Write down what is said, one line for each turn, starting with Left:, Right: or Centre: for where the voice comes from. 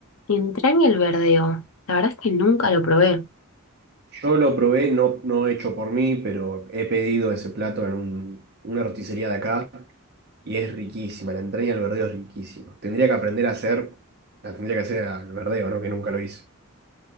Left: Entraña el verdeo, la verdad es que nunca lo probé.
Right: Yo lo probé, no, no hecho por mí, pero he pedido ese plato en un- una roticería de acá y es riquísima, la entraña al verdeo es riquísima. Tendría que aprender a hacer, la tendría que hacer al verdeo, ¿no? Que nunca lo hice.